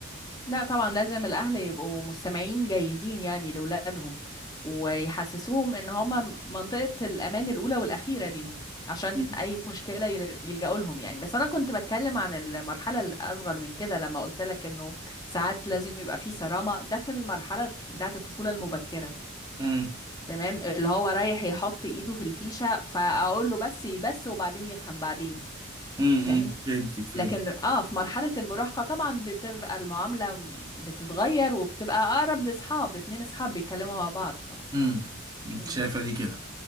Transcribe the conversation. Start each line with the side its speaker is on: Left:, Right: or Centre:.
Left: لا طبعا لازم الأهل يبقوا مستمعين جيدين يعني لأولادهم ويحسسوهم إن هما منطقة الأمان الأولى والأخيرة ليهم عشان
Right: مم.
Left: أي مشكلة يل- يلجأوا لهم يعني بس أنا كنت بتكلم عن المرحلة الأصغر من كده لما قلت لك إنه ساعات لازم يبقى في صرامة ده في المرحلة بتاعة الطفولة المبكرة
Right: امم
Left: تمام اللي هو رايح يحط إيده في الفيشة فأقول له بس بس وبعدين يفهم بعدين
Right: امم
Left: فاهم
Right: فهمتك فهمت
Left: لكن اه في مرحلة المراهقة طبعا بتبقى المعاملة م- بتتغير وبتبقى أقرب لأصحاب اتنين أصحاب بيتكلموا مع بعض طبعا
Right: امم انت
Left: مم.
Right: شايفه دي كده